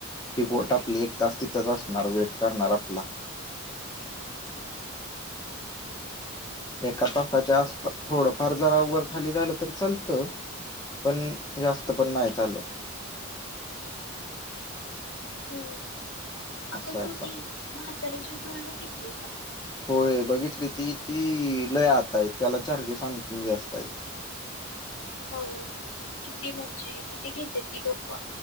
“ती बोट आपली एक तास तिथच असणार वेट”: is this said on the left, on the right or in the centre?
Left